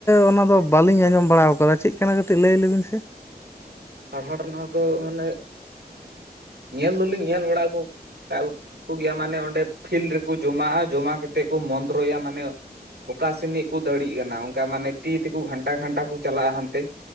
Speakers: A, on the left (about 15°); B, on the right (about 80°).
A: ᱚᱱᱟ ᱫᱚ ᱵᱟᱹᱞᱤᱧ ᱟᱸᱡᱚᱢ ᱵᱟᱲᱟ ᱟᱠᱟᱫᱟ ᱪᱮᱫ ᱠᱟᱱᱟ ᱠᱟᱹᱴᱤᱡ ᱞᱟᱹᱭ ᱞᱮᱵᱤᱱ ᱥᱮ
B: ᱯᱟᱲᱦᱟ ᱴᱟᱱᱟ ᱫᱚ ᱢᱟᱱᱮ ᱧᱮᱞ ᱫᱚᱞᱤᱧ ᱧᱮᱞ ᱵᱟᱲᱟ ᱠᱩ ᱠᱚ ᱜᱮᱭᱟ ᱢᱟᱱᱮ ᱚᱸᱰᱮ ᱯᱷᱤᱞᱰ ᱨᱮᱠᱚ ᱡᱚᱢᱟᱜᱼᱟ, ᱡᱚᱢᱟ ᱠᱟᱛᱮᱫ ᱠᱚ ᱢᱚᱱᱛᱨᱚᱭᱟ ᱢᱟᱱᱮᱼᱼ ᱚᱠᱟᱥᱤᱱᱤᱡ ᱠᱚ ᱫᱟᱲᱮᱜ ᱠᱟᱱᱟ ᱚᱱᱠᱟ ᱢᱟᱱᱮ ᱛᱤ ᱛᱮᱠᱚ ᱜᱷᱟᱱᱴᱟ ᱜᱷᱟᱱᱴᱟ ᱠᱚ ᱪᱟᱞᱟᱜᱼᱟ ᱦᱟᱱᱛᱮ